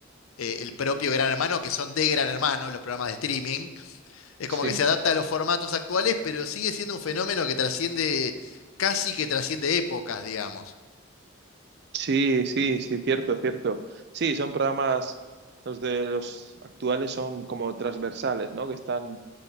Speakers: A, on the left (about 85°); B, on the right (about 55°).
A: eh, el propio Gran Hermano, que son de Gran Hermano los programas de streaming, es
B: Sí.
A: como que se adapta a los formatos actuales, pero sigue siendo un fenómeno que trasciende, casi que trasciende épocas, digamos.
B: Sí, sí, sí, cierto, cierto. Sí, son programas, los de los actuales son como transversales, ¿no? Que están